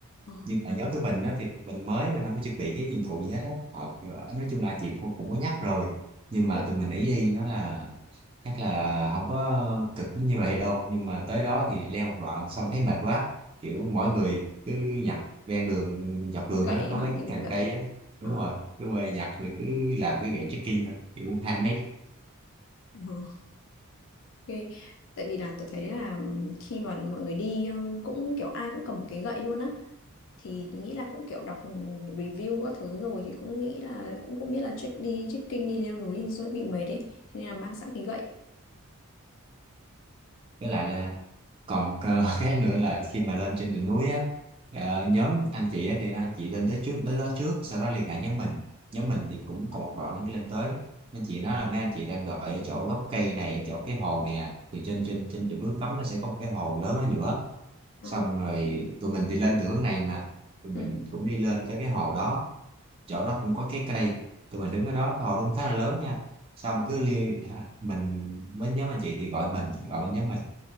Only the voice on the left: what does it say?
à,
nhự-
gậy
hả?
Nhặt
gậy.
À,
ừ, ok. Tại vì là tôi thấy là khi mà mọi người đi ừ, cũng kiểu ai cũng cầm một cái gậy luôn á thì tôi nghĩ là cũng kiểu đọc review các thứ rồi thì cũng nghĩ là cũng cũng biết là check đi trekking đi leo núi thì sẽ bị mệt đấy thế nên là mang sẵn cái gậy.
Ờ,
ừ,
ừ.